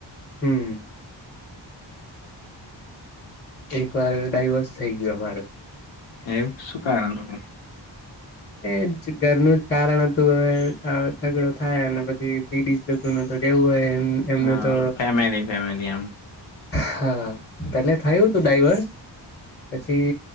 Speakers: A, on the left; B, on the left.
A: હમ! એક વાર ડાઈવોર્સ થઈ ગયયો અમારો.
B: એવું. શું કારણ હતો?
A: એ જ ઘરનું જ કારણ હતું. હવે ઝઘડો થાય અને પીડીસી દુઃખ માં તો કેવું હોય એમ. એમને
B: હા.
A: તો
B: ફેમલી ફેમલી આમ.
A: હા! પેલે થયું હતું ડાઈવર્સ. પછી